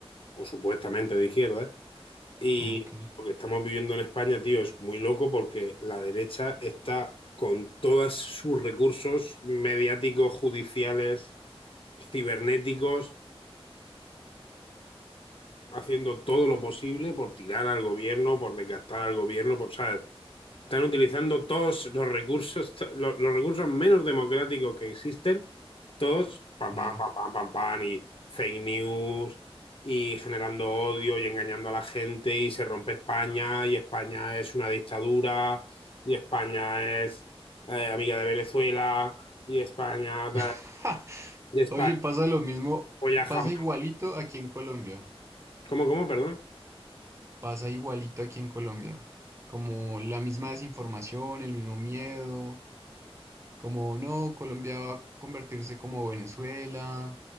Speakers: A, on the left (about 60°); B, on the right (about 30°).
A: o supuestamente de izquierda, Y
B: Ok.
A: lo que estamos viviendo en España, tío, es muy loco porque la derecha está con todos sus recursos mediáticos, judiciales, cibernéticos, haciendo todo lo posible por tirar al gobierno, por desgastar al gobierno, por, ¿sabes? Están utilizando todos los recursos, los, los recursos menos democráticos que existen, todos pam,
B: Sí.
A: pam, pam, pam, pam, pam, y fake news, y generando odio y engañando a la gente, y se rompe España, y España es una dictadura, y España es eh, amiga de Venezuela, y España, da-
B: <laughs>
A: y España
B: Oye, pasa lo mismo,
A: apoya
B: y pasa
A: jamás.
B: igualito aquí en Colombia,
A: ¿Cómo, cómo, perdón?
B: pasa igualito aquí en Colombia, como la misma desinformación, el mismo miedo, como no, Colombia va a convertirse como Venezuela.